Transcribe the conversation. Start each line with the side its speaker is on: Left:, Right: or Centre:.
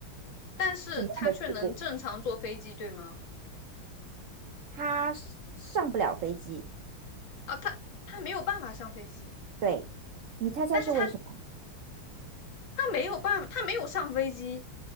Left: 但是他却能正常坐飞机，
Right: 什么样的事故？
Left: 对吗？
Right: 他是上不了飞机，
Left: 啊，他他没有办法上飞机。
Right: 对，你猜猜是为什么？
Left: 但是他他没有办法，他没有上飞机，